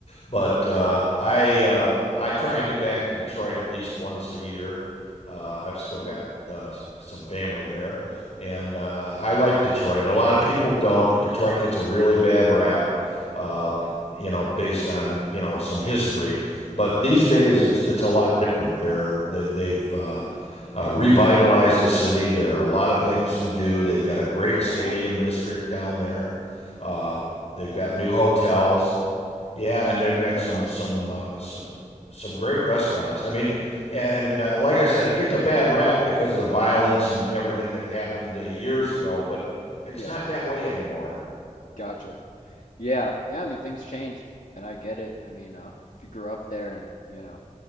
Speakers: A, on the left; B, on the left.
A: but uh,
B: Okay.
A: I uh, I try and get back to Detroit at least once a year. Uh, I've still got
B: hmm
A: uh, s- some family there, and uh, I like
B: Gotcha.
A: Detroit. A lot of people don't. Detroit gets a really bad rap. Uh,
B: Yeah.
A: You know, based on, you know, some history, but these days it's it's a lot different. They're they, they've uh,
B: hmm
A: uh, revitalize the city. There are a lot of things to do. They've got a great stadium
B: Oh wow.
A: district down there. Uh, they've
B: Yeah,
A: got
B: I didn't
A: new
B: know that.
A: hotels. Yeah, and they've got
B: That's
A: some
B: awesome.
A: some uh, some some great restaurants. I mean, and uh, like I said, it gets a bad rap because of the violence and everything that happened uh, years ago. But it's
B: Yeah,
A: not that way anymore.
B: gotcha. Yeah, yeah. I mean, things change, and I get it. I mean, uh, if you grew up there, and you know,